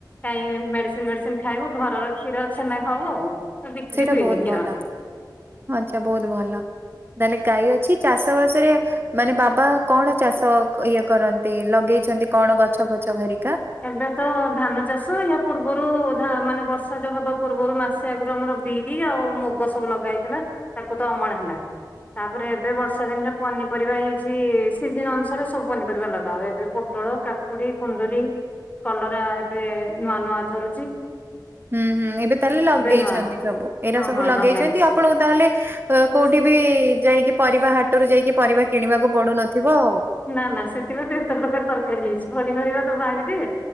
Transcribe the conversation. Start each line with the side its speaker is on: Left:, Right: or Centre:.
Left: କାଇଁ ମେଡ଼ିସିନ୍ ଏଡି଼ସିନ ଖାଇବୁ ଘରର କ୍ଷୀର ଛେନା ଖାଉ ଆଉ। ତ ବିକ୍ରି
Right: ସେଇଟା
Left: ହୁଏନି
Right: ବହୁତ
Left: କ୍ଷୀର।
Right: ଭଲ ଆଚ୍ଛା ବହୁତ ଭଲ। ଡାଲେ ଗାଈ ଅଛି ଚାଷବାସରେ ମାନେ ବାବା କଣ ଚାଷ ଇଏ କରନ୍ତି ଲଗେଇଛନ୍ତି କଣ ଗଛ ଫଛ ହେରିକା?
Left: ଏବେ ତ ଧାନ ଚାଷ ୟ ପୂର୍ବରୁ ମାନେ ବର୍ଷା ଯୋଉଁ ହବା ପୂର୍ବରୁ ମାସ ଆଗରୁ ଆମର ବିରି ଆଉ ମୁଗ ସବୁ ଲଗା ହେଇଥିଲା ତାକୁ ତ ଅମଳ ହେଲା। ତାପରେ ଏବେ ବର୍ଷା ଦିନରେ ପନିପରିବା ହେଇଛି ସିଜିନି ଅନୁସାରେ ସବୁ ପନିପରିବା ଲଗା ହୁଏ ଏବେ ପୋଟଳ କାକୁଡି କୁନ୍ଦୁରି କଲରା ଏବେ ନୂଆ ନୂଆ ଧରୁଚି।
Right: ହୁଁ ହୁଁ ଏବେ ତାହେଲେ ଲଗେଇଛନ୍ତି
Left: ନୂଆ
Right: ସବୁ ଏଇଟା
Left: ହଁ
Right: ସବୁ
Left: ହଁ
Right: ଲଗେଇଛନ୍ତି
Left: ଲଗା ହେଇଛି।
Right: ଆପଣଙ୍କୁ ତାହେଲେ ହ କୋଉଁଠି ଯାଇକି ପରିବା ହାଟରୁ ଯାଇକି ପରିବା କିଣିବାକୁ ପଡୁନଥିବ ଆଉ।
Left: ନା ନା ସେଥିପାଇଁ ତ ଏତେ ପ୍ରକାର ତରକାରୀ ହେଇଛି ପନିପରିବା ତ ବାରିରେ